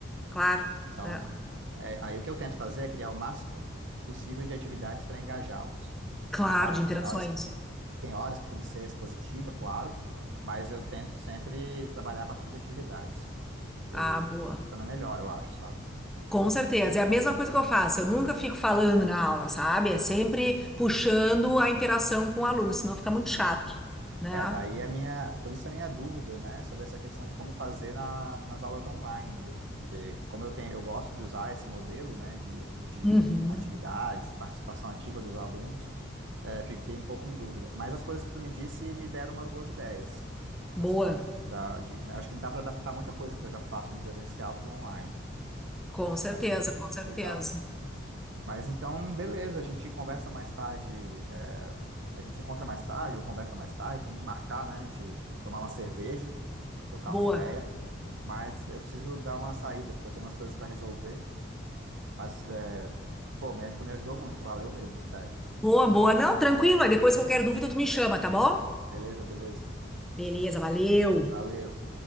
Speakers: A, in the centre; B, on the right.
A: claro,
B: Então,
A: é,
B: é, aí o que eu tento fazer é criar o máximo possível de atividades para engajá-los.
A: claro,
B: Claro,
A: de interações.
B: tem horas, tem horas que tem que ser expositiva, claro, mas eu tento sempre trabalhar a partir de atividades. E
A: Ah, boa.
B: funciona melhor, eu acho, sabe?
A: Com certeza. É a mesma coisa que eu faço. Eu nunca fico falando na aula, sabe? É sempre puxando a interação com o aluno, senão fica muito chato, né?
B: É, daí a minha, por isso a minha dúvida, né, sobre essa questão de como fazer na, nas aulas online mesmo, porque como eu tenho, eu gosto de usar esse modelo, né, de, de
A: Uhum.
B: atividades e participação ativa dos alunos, é, fiquei um pouco em dúvida. Mas as coisas que tu me disse me deram umas boas ideias,
A: Boa.
B: assim, pra, de, né, acho que dá para adaptar muita coisa que eu já faço no presencial para o online.
A: Com certeza,
B: Isso aí,
A: com certeza.
B: legal. Mas então, beleza, a gente conversa mais tarde, é, a gente se encontra mais tarde ou conversa mais tarde, temos que marcar, né, de tomar uma cerveja, trocar
A: Boa.
B: uma ideia, mas eu preciso dar uma saída, porque eu tenho umas coisas para resolver, mas, é, pô, me- tu me ajudou muito, valeu mesmo, sério.
A: Boa, boa. Não, tranquilo. Aí depois qualquer dúvida tu me chama, tá bom?
B: Beleza, beleza.
A: Beleza, valeu.
B: Valeu.